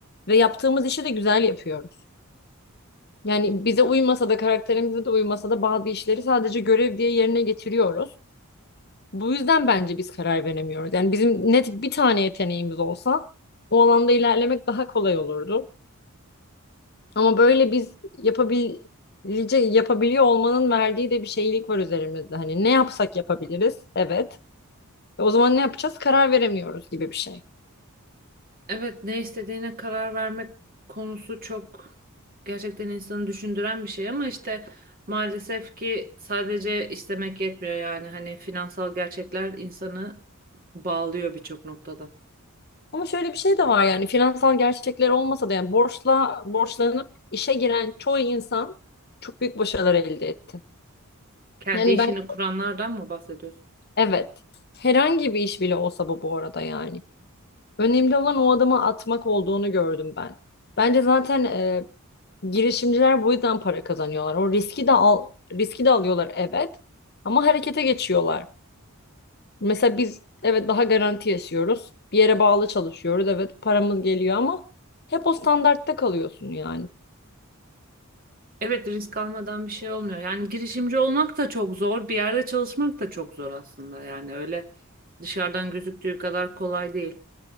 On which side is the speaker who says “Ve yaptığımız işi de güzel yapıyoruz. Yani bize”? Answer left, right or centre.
Left